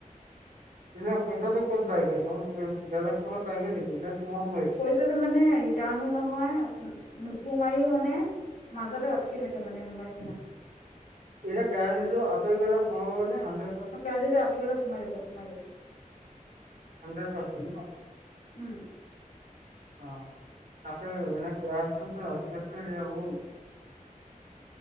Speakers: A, on the right (about 75°); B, on the left (about 75°).
A: এনে পইচাটো ক'ত যায়গৈ, বেলেগে ক'ৰবাত যাইগৈ নেকি নে <unintelligible>
B: পইচাটো মানে ৰিটাৰ্ণো নহয়, নোসোমায়্য মানে মাজতে অটকি থাকে মানে এনেকুৱা নিচিনা।
A: এতিয়া কেৰাহীটো আতৰি গলে সোমাবনে হান
B: কেৱাইছিটো আঁতৰি গলে সোমাই যাব, সোমাই যাব।
A: হান্দ্ৰেড পাৰ্চেন ন'?
B: উম
A: অ' তাকে এনে কে <unintelligible>